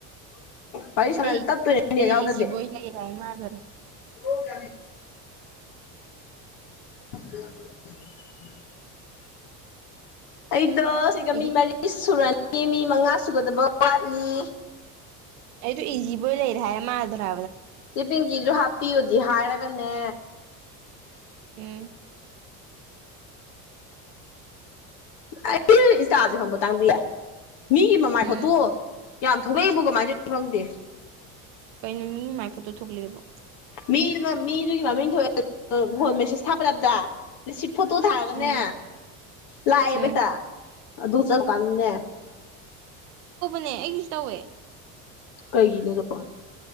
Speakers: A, on the left; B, on the right.
A: ꯄꯩꯁ
B: ꯑꯩ
A: ꯇꯠ ꯇꯨꯗꯤ
B: ꯑꯩꯗꯤ
A: ꯌꯥꯎꯗꯗꯤꯦ
B: ꯏꯖꯤꯕꯣꯏ ꯂꯩꯔꯦ ꯍꯥꯏ ꯃꯥꯜꯂꯨꯔꯦ
A: ꯍ ꯌꯥꯅꯤ <unintelligible> ꯑꯩꯗꯣ ꯁꯤꯒ
B: ꯑꯩꯗꯤ
A: ꯃꯤ ꯃꯔꯤ ꯁꯨꯔꯦꯟ ꯃꯤ ꯃꯤ ꯃꯉꯥ ꯁꯨꯒꯗꯕ ꯋꯥꯠꯂꯤ
B: ꯑꯩꯣ ꯏꯖꯤꯕꯣꯏ ꯂꯩꯔꯤ ꯊꯦ ꯃꯥꯗꯔ
A: ꯁꯤ ꯄꯤꯡꯒꯤꯗꯨ ꯍꯥꯞꯄꯤꯌꯨꯗꯤ ꯍꯥꯏꯔꯒꯅꯦ
B: ꯑꯦ
A: ꯑꯩ ꯏꯟꯁꯇꯥꯁꯦ ꯍꯪꯕ ꯇꯥꯡꯕꯤꯌꯦ ꯃꯤꯒꯤ ꯃꯃꯥꯏ
B: ꯎꯝ
A: ꯐꯣꯠꯇꯣ ꯌꯥꯝ ꯊꯣꯛꯂꯛꯩꯕꯨ ꯀꯃꯥꯏꯅꯣ ꯈꯪꯗꯦ
B: ꯀꯩꯅꯣ ꯃꯤ ꯃꯥꯏ ꯐꯠꯇꯣ ꯊꯣꯛꯂꯛꯦꯕ
A: ꯃꯤꯗꯨꯅ ꯃꯤꯗꯨꯒꯤ ꯃꯃꯤꯡꯑꯦ ꯐꯣꯟ ꯃꯦꯁꯦꯁ ꯊꯥꯄꯂꯕ꯭ꯔ ꯁꯤ ꯐꯣꯇꯣ ꯊꯥꯔꯒꯅꯦ
B: ꯎꯝ
A: ꯂꯥꯛꯑꯦꯕꯩꯇ
B: ꯎꯝ
A: ꯑꯗꯨ ꯆꯠꯂ ꯀꯟꯅ
B: ꯅꯦ ꯏꯪꯂꯤꯁ ꯇꯧꯋꯦ
A: ꯀꯩꯒꯤꯅ ꯊ